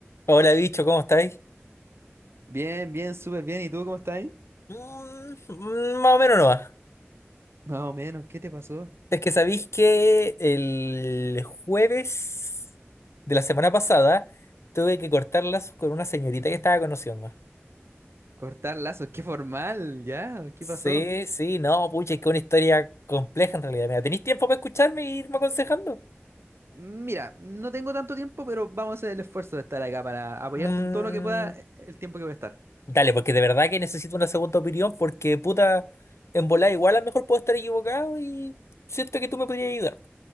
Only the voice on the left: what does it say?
Hola, bicho, ¿cómo estáis?
Mm, mm, más o menos no va.
Es que sabéis que el jueves de la semana pasada tuve que cortarlas con una señorita que estaba conociendo.
Sí,
sí, no, pucha, es que una historia compleja en realidad. Mira, ¿tenéis tiempo para escucharme e irme aconsejando?
Mm,
dale, porque de verdad que necesito una segunda opinión, porque puta, en volada igual a lo mejor puedo estar equivocado y siento que tú me podrías ayudar.